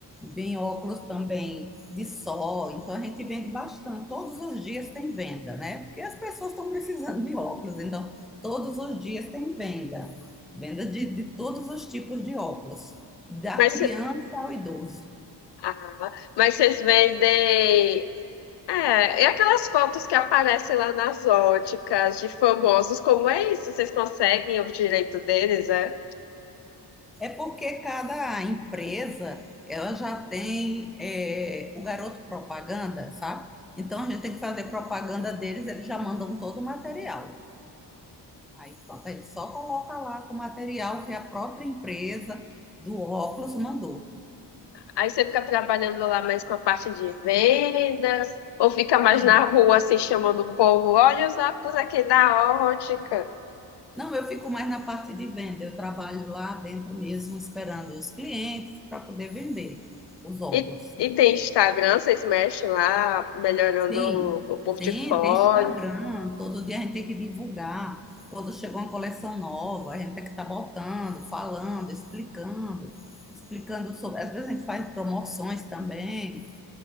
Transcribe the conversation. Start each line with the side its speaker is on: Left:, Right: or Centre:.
Centre: Vem óculos também de sol, então a gente vende bastante. Todos os dias tem venda, né? Porque as pessoas estão precisando de óculos, então todos os dias tem venda. Venda de, de todos os tipos de óculos, da
Left: Mas,
Centre: criança
Left: cê-
Centre: ao idoso.
Left: ah, mas vocês vendem. É, e aquelas fotos que aparecem lá nas óticas de famosos, como é isso? Vocês conseguem o direito deles, é?
Centre: É porque cada empresa ela já tem é, o garoto propaganda, sabe? Então a gente tem que fazer propaganda deles, eles já mandam todo o material. Aí pronto, aí só coloca lá com o material que a própria empresa do óculos mandou.
Left: Aí você fica trabalhando lá mais com a parte de vendas, ou fica mais
Centre: E,
Left: na rua assim chamando o povo, olha os óculos aqui da ótica.
Centre: não, eu fico mais na parte de venda, eu trabalho lá dentro mesmo esperando os clientes para poder vender os óculos.
Left: E, e tem Instagram, vocês mexem lá, melhorando
Centre: Sim,
Left: o, o portfólio.
Centre: sim tem Instagram, todo dia a gente tem que divulgar. Quando chega uma coleção nova, a gente tem que estar botando, falando, explicando, explicando sobre. Às vezes a gente faz promoções também,